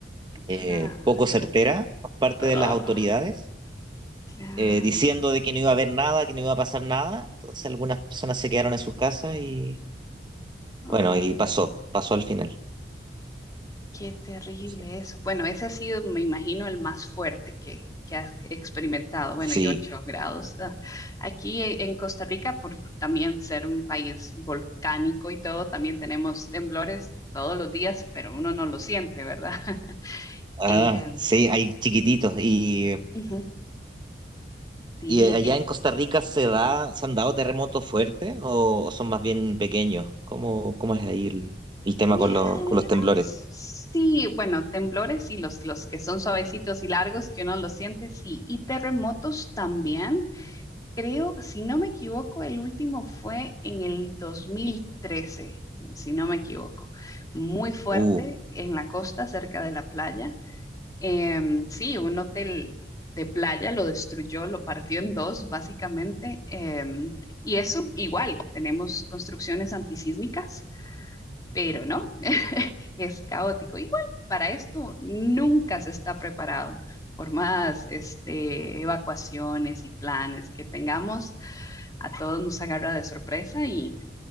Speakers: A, on the right (about 25°); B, on the left (about 20°).
A: eh,
B: claro.
A: poco certera por parte
B: Ah,
A: de las autoridades,
B: claro.
A: eh, diciendo de que no iba a haber nada, que no iba a pasar nada, entonces algunas personas se quedaron en sus casas y
B: Oh,
A: bueno, y pasó, pasó al final.
B: Qué terrible
A: Sí,
B: eso. Bueno, ese ha sido, me imagino, el más fuerte que, que has experimentado. Bueno,
A: Sí.
B: y 8 grados. ah. Aquí e- en Costa Rica, por también ser un país volcánico y todo, también tenemos temblores todos los días, pero uno no lo siente, ¿verdad? <laughs>
A: ah,
B: Eh,
A: sí, hay chiquititos y
B: ujú, sí.
A: ¿Y allá
B: eh,
A: en Costa Rica se da, se han dado terremotos fuertes o son más bien pequeños? ¿Cómo, cómo es ahí el, el tema
B: vieras,
A: con los, con los temblores?
B: Sí, bueno, temblores y los, los que son suavecitos y largos que uno los siente, sí. Y terremotos también. Creo, si no me equivoco, el último fue en el 2013, si no me equivoco. Muy fuerte
A: Uh,
B: en la costa, cerca de la playa. Em, sí, un hotel de playa lo destruyó, lo partió en dos, básicamente. Em, y eso, igual, tenemos construcciones antisísmicas, pero no, es caótico. Igual, para esto nunca se está preparado. Por más este, evacuaciones y planes que tengamos a todos nos agarra de sorpresa y